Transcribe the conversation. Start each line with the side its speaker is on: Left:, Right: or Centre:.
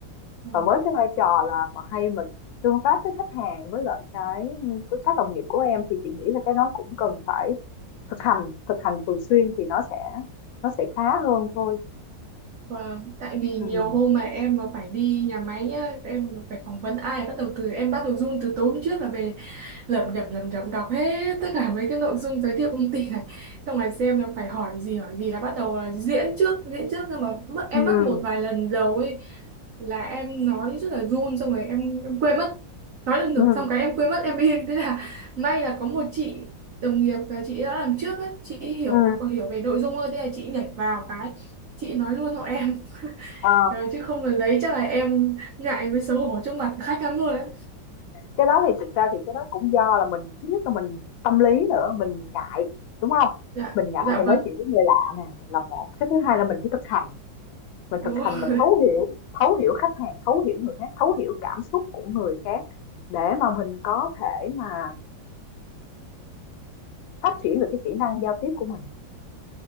Right: Ừ.
Left: Và với cái vai trò là mà hay mình tương tác với khách hàng với lại cái với các đồng nghiệp của em thì chị nghĩ là cái đó cũng cần phải thực hành, thực hành thường xuyên thì nó sẽ nó sẽ khá hơn thôi.
Right: Vâng, tại vì
Left: ừ
Right: nhiều hôm mà em mà phải đi nhà máy á, em mà phải phỏng vấn ai bắt đầu từ em bắt đầu run từ tối hôm trước là về lẩm nhẩm lẩm nhẩm đọc hết tất cả mấy cái nội dung giới thiệu công ty này xong rồi xem là phải hỏi gì hỏi gì là bắt đầu là diễn trước diễn trước nhưng mà mất em
Left: ừ
Right: mất một vài lần đầu ấy là em nói rất là run xong rồi em em quên mất nói được nửa
Left: ừ
Right: xong cái em quên mất em im <laughs> thế là may là có một chị đồng nghiệp là chị đã làm trước ấy chị hiểu
Left: ừ
Right: hiểu về nội dung hơn thế là chị nhảy vào cái chị nói luôn họ em
Left: Ờ.
Right: Ờ, chứ không là lấy chắc là em ngại với xấu hổ trước mặt khách lắm luôn đấy
Left: cái đó thì thực ra thì cái đó cũng do là mình thứ nhất là mình tâm lý nữa mình ngại đúng không
Right: dạ
Left: mình ngại
Right: dạ
Left: mình
Right: vâng
Left: nói chuyện với người lạ nè là một cái thứ hai là mình phải thực hành mình
Right: đúng
Left: thực hành mình
Right: rồi
Left: thấu hiểu thấu hiểu khách hàng thấu hiểu người khác thấu hiểu cảm xúc của người khác để mà mình có thể mà phát triển được cái kỹ năng giao tiếp của mình